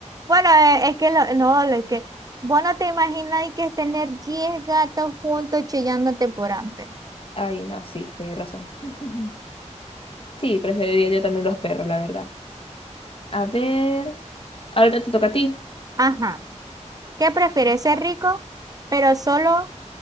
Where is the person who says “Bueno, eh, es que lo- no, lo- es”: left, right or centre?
Right